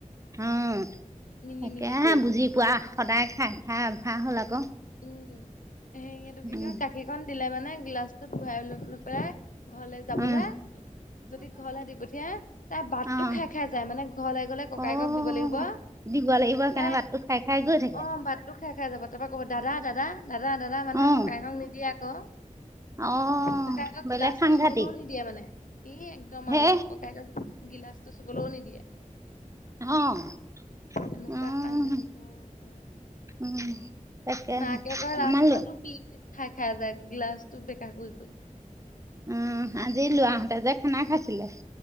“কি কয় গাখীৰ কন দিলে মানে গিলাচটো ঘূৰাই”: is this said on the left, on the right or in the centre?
Left